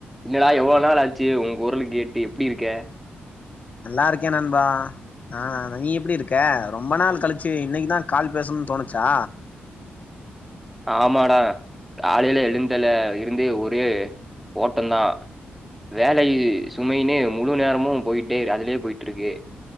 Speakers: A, in the centre; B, on the left.
A: இன்னடா எவ்வளவு நாள் ஆச்சு ஒ குரல கேட்டு எப்டி இருக்க
B: நல்லா இருக்கே நண்பா ஆ நீ எப்டி இருக்க ரொம்ப நாள் கழிச்சு இன்னைக்குதா கால் பேசணும்னு தோணுச்சா
A: ஆமாடா காலேல எழுந்தல இருந்து ஒரே ஓட்டந்தா வேல சுமைன்னு முழு நேரமு போயிட்டே அதுலயே போயிட்டு இருக்கு